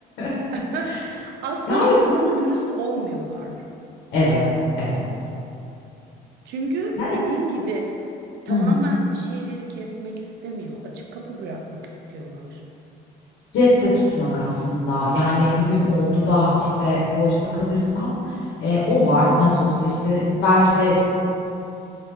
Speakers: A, on the left; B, on the right.
A: <laughs>
B: <laughs> Asla
A: Yani,
B: bu konuda
A: bu
B: dürüst olmuyorlar.
A: Evet, evet.
B: Çünkü
A: Yani
B: dediğim gibi tamamen
A: Hı hı.
B: şeyleri kesmek istemiyor. Açık kapı bırakmak istiyorlar.
A: Cepte tutmak aslında. Yani, bir gün oldu da, işte, boşta kalırsam, eee, o var. Nasıl olsa, işte, belki de